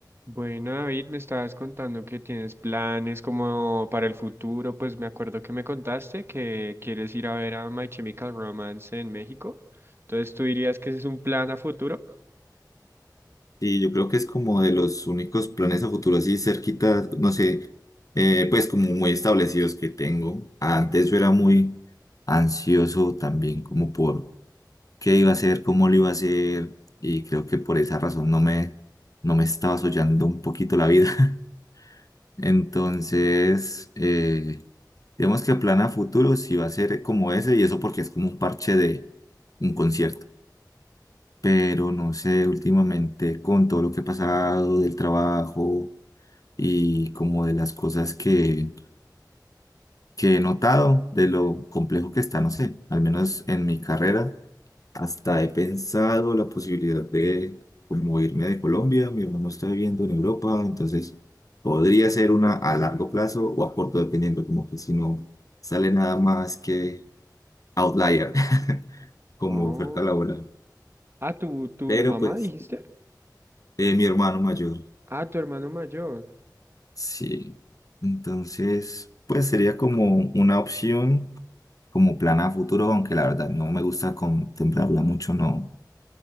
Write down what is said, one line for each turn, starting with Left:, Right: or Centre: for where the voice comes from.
Right: Bueno, David, me estabas contando que tienes planes como para el futuro. Pues me acuerdo que me contaste que quieres ir a ver a My Chemical Romance en México. Entonces, ¿tú dirías que ese es un plan a futuro?
Left: Y yo creo que es como de los únicos planes a futuro así cerquita, no sé, eh, pues como muy establecidos que tengo. Antes yo era muy ansioso también como por qué iba a hacer, cómo lo iba a hacer y creo que por esa razón no me, no me estaba soñando un poquito la vida. <laughs> Entonces, eh, digamos que el plan a futuro sí va a ser como ese y eso porque es como un parche de un concierto pero no sé, últimamente con todo lo que he pasado del trabajo y como de las cosas que, que he notado, de lo complejo que está, no sé, al menos en mi carrera, hasta he pensado la posibilidad de como irme de Colombia, mi hermano está viviendo en Europa, entonces podría ser una a largo plazo o a corto, dependiendo, como que si no sale nada más que outlier <laughs> como
Right: Oh.
Left: oferta laboral.
Right: Ah, ¿tu, tu
Left: Pero
Right: mamá
Left: pues
Right: dijiste?
Left: eh, mi hermano mayor.
Right: Ah, tu hermano mayor.
Left: Sí, entonces, pues sería como una opción, como plan a futuro, aunque la verdad no me gusta contemplarla mucho, no,